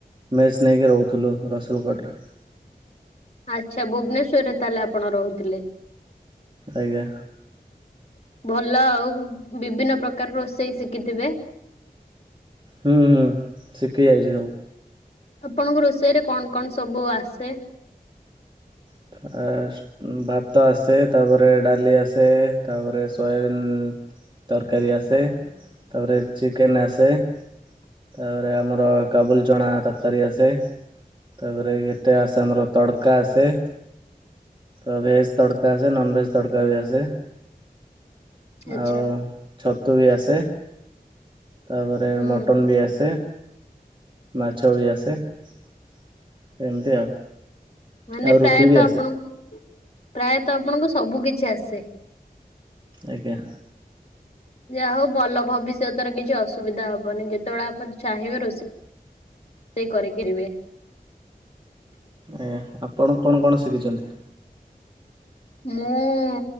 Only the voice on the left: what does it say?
ଆଚ୍ଛା ଭୁବନେଶ୍ୱରରେ ତାହେଲେ ଆପଣ ରହୁଥିଲେ?
<inaudible> ଭଲ ଆଉ ବିଭିନ୍ନ ପ୍ରକାର ରୋଷେଇ ଶିକିଥିବେ।
ଆପଣଙ୍କୁ ରୋଷେଇ ରେ କଣ କଣ ସବୁ ଆସେ?
ଆଚ୍ଛା
ହୁଁ
ମାନେ
ପ୍ରାୟତଃ
ଆପଣଙ୍କୁ ପ୍ରାୟତଃ ଆପଣଙ୍କୁ ସବୁ କିଛି ଆସେ।
ଯାହା ହଉ ଭଲ ଭବିଷ୍ୟତରେ କିଛି ଅସୁବିଧା ହବନି ଯେତେବେଳେ ଆପଣ ଚାହିଁବେ ରୋଷେଇ ଷେଇ କରି‌ ଖାଇବେ।
ମୁଁ